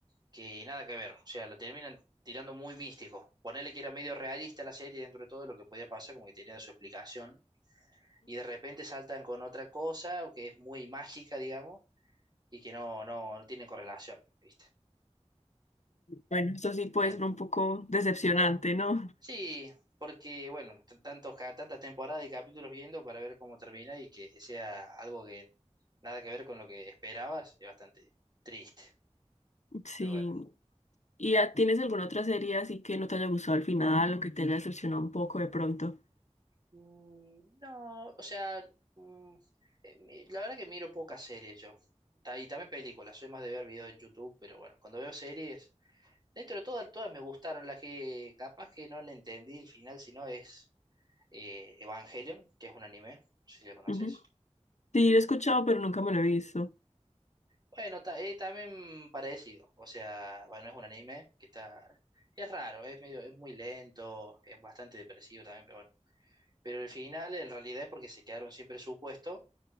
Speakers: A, on the right (about 35°); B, on the left (about 80°).
A: que nada que ver, o sea, lo terminan tirando muy místico. Ponerle que era medio realista la serie dentro de todo lo que podía pasar, como que tenía su explicación, y de repente saltan con otra cosa o que es muy mágica, digamos, y que no, no, no tiene correlación, ¿viste?
B: Bueno, esto sí puede
A: Eh,
B: ser un poco decepcionante, ¿no?
A: sí,
B: <laughs>
A: porque, bueno, t- tantos, ca- tantas temporadas y capítulos viendo para ver cómo termina y que sea algo que nada que ver con lo que esperabas, es bastante triste,
B: Sí.
A: pero bueno.
B: ¿Y ah, tienes alguna otra serie así que no te haya gustado al final o que te haya decepcionado un poco de pronto?
A: Mm, No, o sea, mm, eh, mi- la verdad que miro pocas series yo. Ta- Y también películas, soy más de ver videos en YouTube, pero bueno, cuando veo series, dentro de todas, todas me gustaron. La que capaz que no le entendí el final, sino es eh, Evangelion, que es un anime, no sé si lo conoces.
B: Ujú. Sí, lo he escuchado, pero nunca me lo he visto.
A: Bueno, ta- eh, también parecido, o sea, bueno, es un anime que está, es raro, es medio, es muy lento, es bastante depresivo también, pero bueno. Pero el final en realidad es porque se quedaron siempre en su puesto